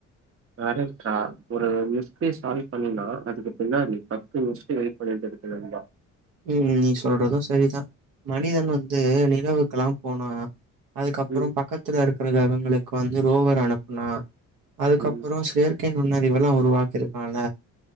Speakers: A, on the right (about 40°); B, on the right (about 75°).
A: கரெக்டா ஒரு மிஸ்ட்ரிய சால்வ் பண்ணினா அதுக்கு பின்னாடி பத்து மிஸ்ட்ரி வெயிட் பண்ணிட்டு இருக்கு நண்பா
B: ம் நீ சொல்றது சரி தா மனிதன் வந்து நிலவுக்கெல்லா போனா அதுக்கப்புற
A: ம்
B: பக்கத்துல இருக்கிற கிரகங்களுக்கு வந்து ரோவர் அனுப்புனா அதுக்கப்புறம்
A: ம்
B: செயற்கை நுண்ணறிவுலா உருவாக்கிருக்கோல